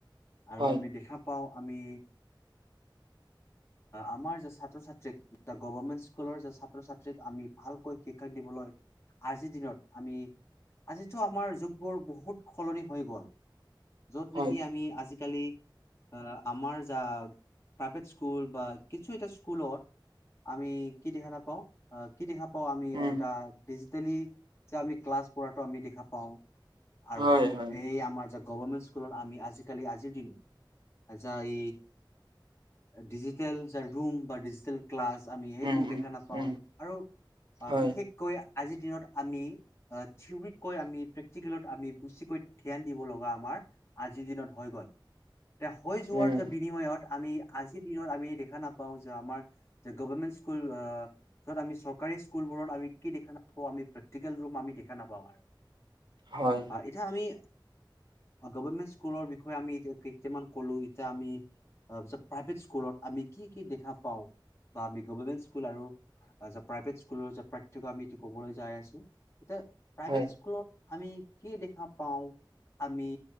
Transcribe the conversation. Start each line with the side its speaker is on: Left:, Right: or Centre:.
Left: আৰু
Right: হয়
Left: আমি দেখা পাওঁ আমি আমাৰ যে ছাত্ৰ ছাত্ৰীক গভৰ্মেণ্ট স্কুলৰ যে ছাত্ৰ ছাত্ৰীক আমি ভালকৈ শিক্ষা দিবলৈ আজিৰ দিনত আমি আজিতো আমাৰ যুগবোৰ বহুত সলনি হৈ গ'ল যত
Right: হয়
Left: নেকি আমি আজিকালি আমাৰ যা প্ৰাইভেট স্কুল বা কিছু এটা স্কুলত আমি কি দেখ নাাপাওঁ কি দেখা পাও আমি
Right: উম
Left: এ ডিজিটেলি যে আমি ক্লাছ কৰাটো আমি দেখা পাওঁ আৰু
Right: হয় হয়
Left: এই আমাৰ গভৰ্মেণ্ট স্কুলত আমি আজিকালি আজিৰ দিনত যাই ডিজিটেল যে ৰৰু বা ডিজিটেল ক্লাছ আমি সেইবোৰ
Right: উম উম
Left: দেখা নাপাওঁ
Right: উম
Left: আৰু অ
Right: হয়
Left: বিশেষকৈ আজিৰ দিনত আমি থেওৰীতকৈ আমি প্ৰেক্টিকেলত আমি বেছিকৈ ধ্যান দিব লগা আমাৰ আজিৰ দিনত হৈ গল তে হৈ যোৱাৰ
Right: উম
Left: যে বিনিময়ত আমি আজিৰ দিনত আমি দেখা নাপাওঁ যে আমাৰ যে গভৰ্মেন্ত স্কুল যত আমি চৰকাৰী স্কুলবোৰত আমি কি দেখা নাপওঁ আমি প্ৰেক্টিকেল ৰুম আমি দেখা নাপাম আৰু
Right: হয়
Left: অ এতিয়া আমি গভমেণ্ট স্কুলৰ বিষয়ে আমি এতিয়া কেইটামান কলো এতিয়া আমি তাৰ পিছত প্ৰাইভেট স্কুলত আমি কি কি দেখা পাওঁ বা আমি গভমেন্ট স্কুল আৰু প্ৰাইভেট স্কুলৰ পাৰ্থক্য আমিটো কবলৈ যাই আছো এতিয়া প্ৰাইভেট
Right: হয়
Left: স্কুলত আমি কি দেখা পাওঁ। আমি